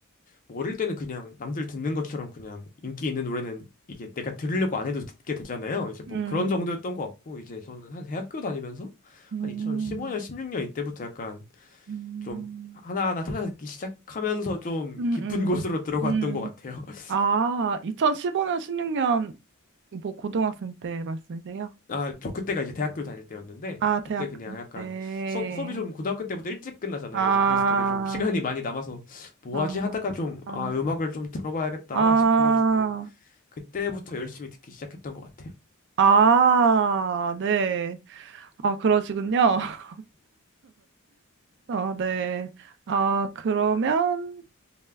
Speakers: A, on the left; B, on the right.
A: 뭐 어릴 때는 그냥 남들 듣는 것처럼 그냥 인기 있는 노래는 이게 내가 들으려고 안 해도 듣게 되잖아요. 이제 뭐
B: 음,
A: 그런 정도였던 것 같고 이제 저는 한 대학교 다니면서
B: 음,
A: 한 2015년, 16년 이때부터 약간
B: 음,
A: 좀 하나하나 찾아듣기 시작하면서 좀
B: 음,
A: 깊은
B: 음.
A: <laughs> 곳으로 들어갔던
B: 음.
A: 것 같아요. <laughs>
B: 아, 2015년, 16년, 뭐, 고등학생 때 말씀이세요?
A: 아, 저 그때가 이제 대학교 다닐 때였는데
B: 아,
A: 그때
B: 대학생
A: 그냥 약간
B: 때.
A: 수업, 수업이 좀 고등학교 때부터 일찍 끝나잖아요.
B: 아,
A: 이제 그래서 되게 좀 시간이 많이 남아서 뭐
B: 아,
A: 하지 하다가 좀
B: 아,
A: 아, 음악을 좀 들어봐야겠다
B: 아,
A: 싶어가지고 그때부터 열심히 듣기 시작했던 것 같아요.
B: 아, 네. 아, 그러시군요. <laughs> 어, 네. 아, 그러면,